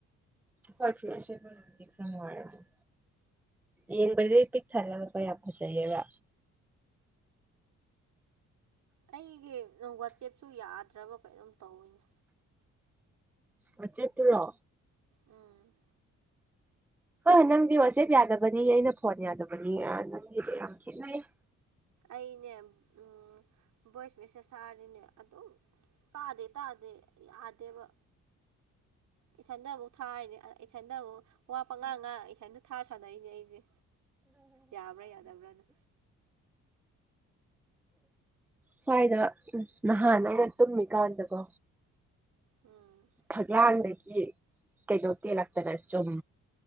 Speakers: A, in the centre; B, on the right.
A: ꯍꯣꯏ ꯐꯤ ꯔꯣꯜ ꯁꯦꯠꯄꯗꯥꯗꯤ ꯈꯔ ꯅꯨꯉꯥꯏꯔꯣꯏ ꯌꯦꯡꯕꯗꯗꯤ ꯄꯤꯛ ꯊꯜꯂꯒ ꯄ ꯌꯥꯝ ꯐꯖꯩꯌꯦꯕ
B: ꯑꯩꯒꯤ ꯋꯥꯆꯦꯞꯁꯨ ꯌꯥꯗ꯭ꯔꯕ ꯀꯩꯅꯣꯝ ꯇꯧꯋꯤꯅꯦ
A: ꯋꯥꯆꯦꯞꯇꯨꯔꯣ
B: ꯎꯝ
A: ꯍꯥꯏ ꯅꯪꯗꯤ ꯋꯥꯆꯦꯞ ꯌꯥꯗꯕꯅꯤ ꯑꯩꯅ ꯐꯣꯟ ꯌꯥꯗꯕꯅꯤ ꯅꯪꯒꯤꯒ ꯌꯥꯝ ꯈꯦꯠꯅꯩ
B: ꯑꯩꯅꯦ ꯎꯝ ꯚꯣꯏꯁ ꯃꯦꯁꯦꯁ ꯊꯔꯗꯤꯅꯦ ꯑꯗꯨꯝ ꯇꯥꯗꯦ ꯇꯥꯗꯦ ꯌꯥꯗꯦꯕ ꯏꯊꯟꯗ ꯑꯃꯨꯛ ꯊꯥꯔꯤꯅꯦ ꯏꯊꯟꯗ ꯑꯃꯨꯛ ꯋꯥ ꯄꯉꯥ ꯉꯥꯡ ꯏꯊꯟꯗꯥ ꯊꯥ ꯁꯥꯟꯅꯩꯅꯦ ꯑꯩꯖꯦ ꯌꯥꯕ꯭ꯔꯥ ꯌꯥꯗꯕ꯭ꯔꯅ
A: ꯁ꯭ꯋꯥꯏꯗ ꯅꯍꯥꯟ ꯑꯩꯅ ꯇꯨꯝꯃꯤꯀꯥꯟꯗꯀꯣ
B: ꯎꯝ
A: ꯐꯛꯂꯥꯡꯗꯒꯤ ꯀꯩꯅꯣ ꯀꯦꯜꯂꯛꯇꯥꯅ ꯆꯨꯝ